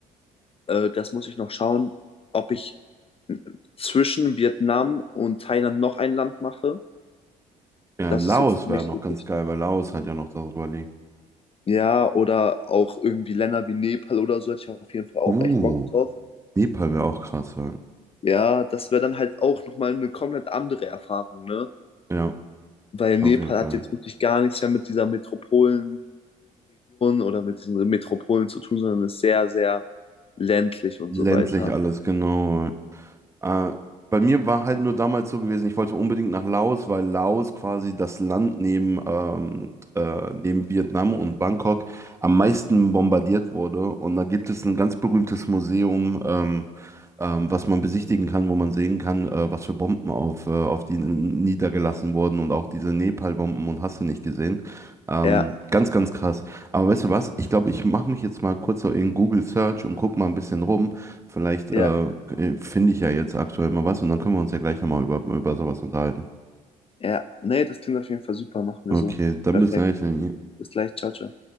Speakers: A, on the left; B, on the right.
A: äh, das muss ich noch schauen, ob ich zwischen Vietnam und Thailand noch ein Land mache.
B: Ja,
A: Das
B: Laos
A: ist jetzt nicht
B: wäre noch
A: möglich.
B: ganz geil, weil Laos hat ja noch darüber liegt.
A: Ja, oder auch irgendwie Länder wie Nepal oder so, hätte ich auf jeden Fall auch
B: Uh,
A: echt Bock drauf.
B: Nepal wäre auch krass, ja.
A: Ja, das wäre dann halt auch nochmal eine komplett andere Erfahrung, ne?
B: Ja,
A: weil Nepal
B: auf jeden Fall.
A: hat jetzt wirklich gar nichts mehr mit dieser Metropolenregion oder mit diesen Metropolen zu tun, sondern ist sehr, sehr ländlich und
B: Ländlich
A: so weiter.
B: alles, genau. Äh, bei mir war halt nur damals so gewesen, ich wollte unbedingt nach Laos, weil Laos quasi das Land neben, ähm, äh, neben Vietnam und Bangkok am meisten bombardiert wurde. Und da gibt es ein ganz berühmtes Museum, ähm, ähm, was man besichtigen kann, wo man sehen kann, äh, was für Bomben auf, äh, auf die n- niedergelassen wurden und auch diese Nepal-Bomben und hast du nicht gesehen. Ähm,
A: Ja,
B: ganz, ganz krass. Aber weißt du was? Ich glaube, ich mache mich jetzt mal kurz so in Google Search und guck mal ein bisschen rum. Vielleicht
A: ja,
B: äh, äh, finde ich ja jetzt aktuell mal was und dann können wir uns ja gleich nochmal über, über sowas unterhalten.
A: ja. Nee, das klingt auf jeden Fall super, machen
B: Okay,
A: wir so.
B: dann
A: Perfekt.
B: bis gleich, Lenny.
A: Bis gleich, ciao, ciao.